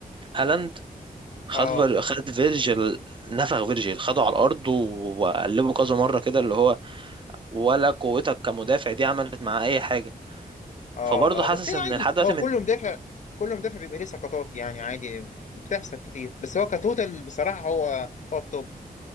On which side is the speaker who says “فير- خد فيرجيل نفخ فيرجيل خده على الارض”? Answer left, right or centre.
Right